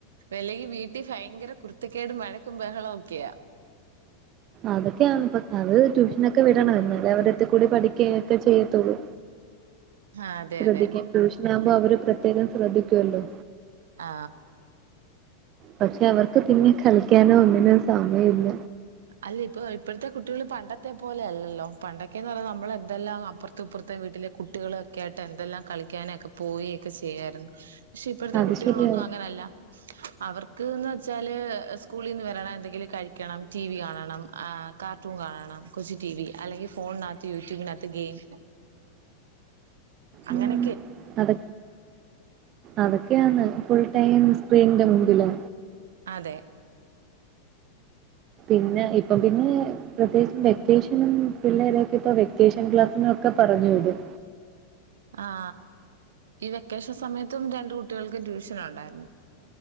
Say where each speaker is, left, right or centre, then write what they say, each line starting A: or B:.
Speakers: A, on the right (about 60°); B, on the right (about 35°).
A: അല്ലെങ്കിൽ വീട്ടിൽ ഫയങ്കര കുരുത്തക്കേടും വഴക്കും ബഹളം ഒക്കെയാ
B: അതൊക്കെയാണ് ഇപ്പ അത് ട്യൂഷനൊക്കെ വിടണായിരുന്ന അല്ലേ അവരത്തിക്കൂടി പഠിക്കുക ഒക്കെ ചെയ്യത്തുള്ളൂ
A: ആഹ് അതെ
B: ശ്രദ്ധിക്കയും
A: അതെ
B: ട്യൂഷനാകുമ്പോ അവര് പ്ര പ്രത്യേകം ശ്രദ്ധിക്കുവല്ലോ
A: ആ
B: പക്ഷെ അവർക്ക് പിന്നെ കളിക്കാനോ ഒന്നിനോ സമയില്ല
A: അല്ല ഇപ്പ ഇപ്പോഴത്തെ കുട്ടികള് പണ്ടത്തെ പോലെ അല്ലല്ലോ പണ്ടൊക്കേന്ന് പറഞ്ഞാൽ നമ്മൾ എന്തെല്ലാം അപ്പുറത്തും ഇപ്പുറത്തെ വീട്ടിലെ കുട്ടികളൊക്കെ ആയിട്ട് എന്തെല്ലാം കളിക്കാനൊക്കെ പോവൊക്കെ ചെയ്യായിരുന്നു ക്ഷെ ഇപ്പഴത്തെ
B: അത്
A: കുട്ടികളൊന്നും
B: ശരിയാ
A: അങ്ങനല്ല അവർക്ക്ന്ന് വെച്ചാല് സ്കൂളിന്ന് വരണം എന്തെങ്കിലും കഴിക്കണം ടി വി കാണണം ആ കാർട്ടൂൺ കാണണം കൊച്ചു ടി വി അല്ലെങ്കിൽ ഫോണിനകത്ത് യൂട്യൂബിനകത്ത് ഗെയിം അങ്ങനെ
B: ഉം അത അതൊക്കെയാന്ന് ഫുൾ ടൈം സ്ക്രീന്റെ മുമ്പിലാ
A: അതെ
B: പിന്നെ ഇപ്പൊ പിന്നെ പ്രത്യേകിച്ച് വെക്കേഷനും പിള്ളേരൊക്കെ ഇപ്പൊ വെക്കേഷൻ ക്ലാസ്സിനൊക്കെ പറഞ്ഞു വിടും
A: ആ ഈ വെക്കേഷൻ സമയത്തും രണ്ട് കുട്ടികൾക്കും ട്യൂഷനുണ്ടായിരുന്നു